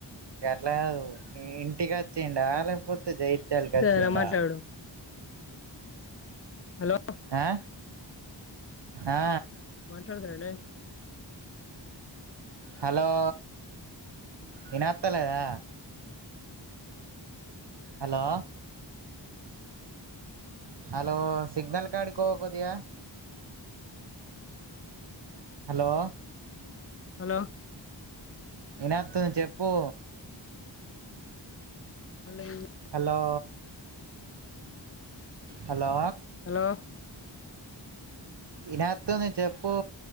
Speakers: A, on the right; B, on the left.
A: గట్ల కాదు మి ఇంటికి వచ్చిడా లేకపోతే జైత్యాలకి అచ్చిడా
B: కదరా మాట్లాడు హలో
A: అ ఆ
B: మాట్లాడారనే
A: హలో ఇనాత్ లేదా హలో హలో సిగ్నల్ కార్డికి పో కొద్దిగా హలో
B: హలో
A: ఇనత్తది చెప్పు
B: మళ్ళ ఇవో
A: హలో హలో
B: హలో
A: ఇనత్తంది చెప్పు